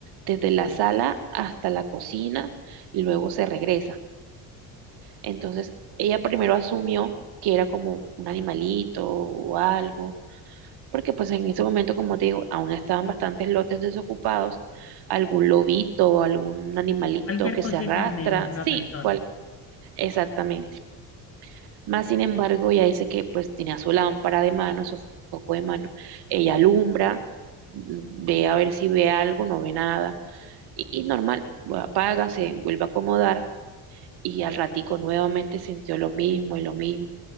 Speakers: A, on the right (about 70°); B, on the left (about 35°).
A: desde la sala hasta la cocina y luego se regresa. Entonces, ella primero asumió que era como un animalito o algo, porque pues en ese momento, como te digo, aún estaban bastantes lotes desocupados, algún lobito, algún animalito
B: Cualquier
A: que
B: cosita
A: se arrastra,
B: menos una
A: sí,
B: persona.
A: cual, exactamente. Más sin embargo, ella dice que pues tenía su lámpara de mano, su foco de mano, ella alumbra, ve a ver si ve algo, no ve nada, y, y normal, apaga, se vuelve a acomodar. Y al ratico nuevamente sintió lo mismo y lo mismo